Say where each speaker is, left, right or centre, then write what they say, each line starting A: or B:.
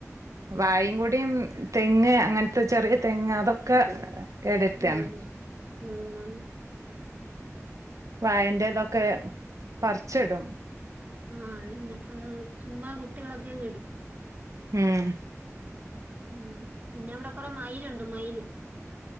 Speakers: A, on the right; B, on the right.
A: വാഴയിം കുടിതെങ്ങ് അങ്ങനത്തെ ചെറിയ തെങ്ങ് അതൊക്കെ കേട് വര്ത്താണ്
B: ഉം ഉം ന്നാലു
A: വാഴന്റെത്ഓക്കെ പറിച്ചിടും
B: ആ അതന്നെ ആ ചുമ്മാ കുത്തിയളകി അങ്ങ് ഇടും
A: ഉം
B: ഉംപിന്നെ ഇവിടെ കൊറെ മയിൽ ഉണ്ട്മയിൽ